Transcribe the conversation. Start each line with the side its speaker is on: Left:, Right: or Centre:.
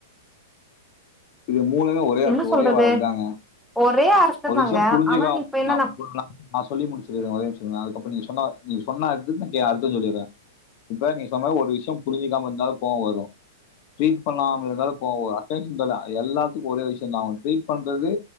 Left: இது மூநுமே ஒரே அர்தோ
Centre: என்ன சொல்றது
Left: ஒரே வாத தாங்க
Centre: ஒரே அர்த்ததாங்க
Left: ஒரு விஷயோபுரிஞ்சுக்க
Centre: ஆனா இப்ப என்னன்னா
Left: நா நா சொல்லி முடிச்சுகுரே ஒரேம்ஷோ இருங்க இப்ப நீ சொன்ன நீ சொன்ன இதுக் அர்த்த சொல்லிட்ரெ இப்ப நீ சொன்ன ஒரு விசயோ புரிஞ்சிக்காம இருந்தாலு கோவ வரு ட்ரீட் பன்னாம இருந்தாலு கோவ வரு அட்டன்சன் தர்ல எல்லாத்துக்கு ஒரே விசயோ தா ட்ரீட் பன்றது